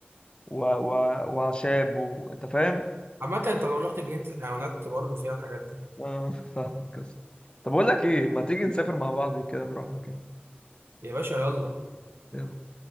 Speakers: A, on the left; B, on the right.
A: و, و... وعشاب و... انت فاهم
B: عامه انت لو رحت جنينه الحيوانات برضه فيها الحاجات دي
A: اه فاهمك يا اسطى. طب اقول لك ايه ما تيجي نسافر مع بعض كده نروح مكان
B: يا باشا يلا
A: يلا